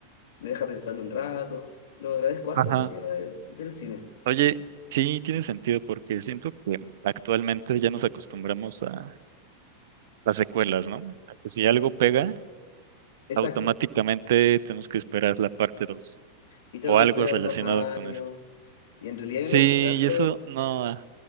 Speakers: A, on the left; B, on the right.
A: me deja pensando un rato, lo agradezco harto
B: Ajá.
A: en realidad de- del cine.
B: Oye, sí, tiene sentido porque siento que actualmente ya nos acostumbramos a las secuelas, ¿no? A que si algo pega,
A: Exacto.
B: automáticamente tenemos que esperar la parte 2
A: y tengo
B: o
A: que
B: algo
A: esperar
B: relacionado
A: dos años.
B: con esto.
A: Y en realidad
B: Sí,
A: a mí me gusta harto.
B: y eso no, a